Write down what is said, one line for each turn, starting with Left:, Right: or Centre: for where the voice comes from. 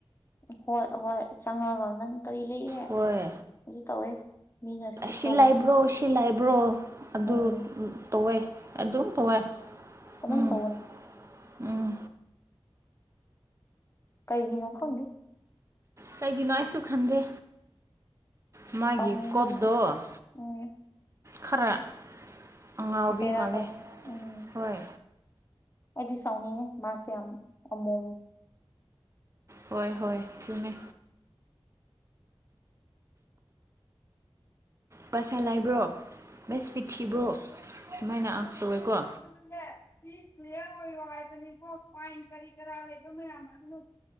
Left: ꯍꯣꯏ ꯍꯣꯏ ꯆꯪꯉꯒ ꯅꯪ ꯀꯔꯤ ꯂꯩꯌꯦ
Right: ꯍꯣꯏ
Left: ꯑꯗꯨ ꯇꯧꯋꯦ ꯃꯤꯅ ꯁ꯭ꯂꯤꯞ
Right: ꯁꯤ
Left: ꯇꯧꯕꯁꯨ
Right: ꯂꯥꯏꯕ꯭ꯔꯣ ꯁꯤ ꯂꯥꯏꯕ꯭ꯔꯣ ꯑꯗꯨ
Left: ꯎꯝ
Right: ꯇꯧꯋꯦ ꯑꯗꯨꯝ ꯇꯧꯋꯦ
Left: ꯀꯗꯝꯝ
Right: ꯎꯝ
Left: ꯇꯧꯕꯟ
Right: ꯎꯝ
Left: ꯀꯩꯒꯤꯅꯣ ꯈꯥꯎꯗꯤ
Right: ꯀꯒꯤꯅꯣ ꯑꯩꯁꯨ ꯈꯟꯗꯦ ꯃꯥꯒꯤ
Left: ꯁꯥꯎꯅꯤꯡꯉꯦꯗꯤ
Right: ꯀꯣꯠꯇꯣ
Left: ꯎꯝ
Right: ꯈꯔ ꯑꯉꯥꯎꯕꯤ
Left: ꯕꯦꯔ
Right: ꯃꯥꯜꯂꯦ
Left: ꯇꯥꯎ ꯎꯝ
Right: ꯍꯣꯏ
Left: ꯑꯩꯗꯤ ꯁꯥꯎꯅꯤꯡꯉꯦ ꯃꯥꯁꯦ ꯌꯥꯝ ꯑꯃꯣ
Right: ꯍꯣꯏ ꯍꯣꯏ ꯆꯨꯝꯃꯦ ꯄꯩꯁꯥ ꯂꯥꯏꯕ꯭ꯔꯣ ꯃꯦꯁꯐꯤꯠ ꯊꯤꯕ꯭ꯔꯣ ꯁꯨꯃꯥꯏꯅ ꯑꯁ ꯇꯧꯋꯦꯀꯣ
Left: ꯉ ꯁꯤ ꯀ꯭ꯂꯤꯌꯥꯔ ꯑꯣꯏꯔꯣ ꯍꯥꯏꯕꯅꯦꯀꯣ ꯐꯥꯏꯟ ꯀꯔꯤ ꯀꯔꯥ ꯂꯩꯕ ꯃꯌꯥꯝ ꯑꯗꯨꯅ